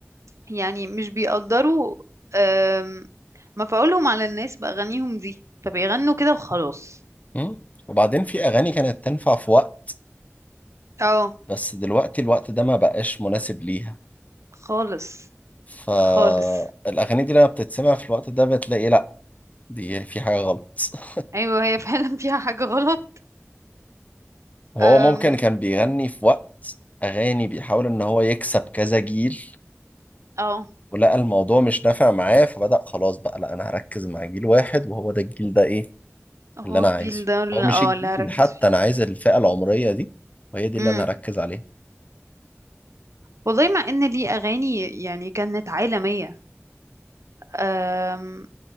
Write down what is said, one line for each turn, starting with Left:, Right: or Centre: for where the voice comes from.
Right: يعني مش بيقدروا آم، مفعولهم على الناس بأغانيهم دي فبيغنوا كده وخلاص
Left: مم. وبعدين في أغاني كانت تنفع في وقت
Right: اه
Left: بس دلوقتي الوقت ده ما بقاش مناسب ليها
Right: خالص
Left: فالأغاني
Right: خالص
Left: دي لما بتتسمع في الوقت ده بتلاقي لأ دي في حاجة غلط <laughs>
Right: ايوه هي <laughs> فعلا فيها حاجة غلط
Left: هو
Right: أم،
Left: ممكن كان بيغني في وقت أغاني بيحاول إن هو يكسب كذا جيل
Right: اه
Left: ولقى الموضوع مش نافع معاه فبدأ خلاص بقى لا أنا هركز مع جيل واحد وهو ده الجيل ده إيه
Right: هو
Left: اللي أنا
Right: الجيل
Left: عايزه
Right: ده اللي
Left: أو مش
Right: اه
Left: الجيل
Right: اللي هركز
Left: حتى
Right: فيه
Left: أنا عايز الفئة العمرية دي وهي دي اللي
Right: امم
Left: أنا هركز عليها
Right: والله مع ان ليه اغاني يعني كانت عالمية أم،